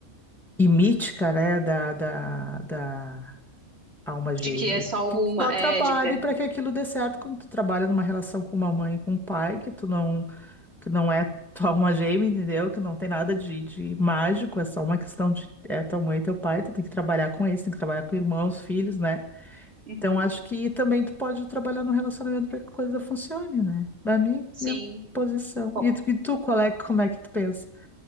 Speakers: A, in the centre; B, on the right (about 45°).
A: e mítica, né? da, da, da alma gêmea,
B: De que é só
A: que
B: uma,
A: tu só
B: é,
A: trabalhe
B: de que é.
A: para que aquilo dê certo, como tu trabalha numa relação com uma mãe e com um pai, que tu não, que não é tua alma gêmea, entendeu? Que não tem nada de, de mágico, é só uma questão de é tua mãe e teu pai, tu tem que trabalhar com eles, tem que trabalhar com irmãos, filhos, né?
B: Uhum,
A: Então acho que também tu pode trabalhar no relacionamento para que a coisa funcione, né? Pra mim,
B: sim.
A: minha posição.
B: Bom,
A: E tu, e tu, qual é, como é que tu pensa?